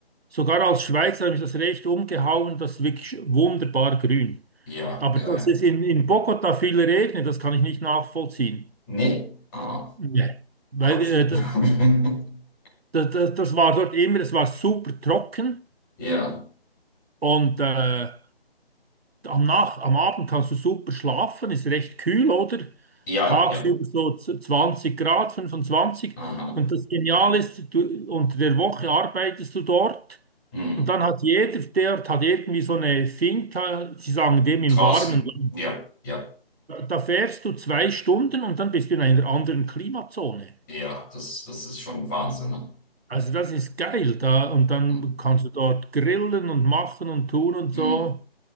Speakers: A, on the right (about 75°); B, on the left (about 20°).
A: sogar als Schweizer habe ich das recht umgehauen, das ist wirklich wunderbar grün.
B: ja,
A: Aber
B: ja,
A: dass
B: ja.
A: es in, in Bogota viel regnet, das kann ich nicht nachvollziehen.
B: Nee, ah,
A: Nee. Weil
B: Gott.
A: äh,
B: <laughs>
A: das, das, das war dort immer, es war super trocken
B: Ja,
A: und äh, am Nach am Abend kannst du super schlafen, ist recht kühl, oder?
B: ja,
A: Tagsüber
B: ja.
A: so z- 20 Grad, fünfundzwanzig
B: Aha.
A: Und das Geniale ist, du, unter der Woche arbeitest du dort
B: Mhm.
A: und dann hat jeder, der hat irgendwie so eine Finca, sie sagen dem
B: Draußen.
A: im warmen Land.
B: Ja, ja,
A: Da fährst du zwei Stunden und dann bist du in einer anderen Klimazone.
B: ja. Das, das ist schon Wahnsinn, ne?
A: Also das ist geil da und dann
B: Mhm.
A: kannst du dort grillen und machen und tun und
B: Mhm.
A: so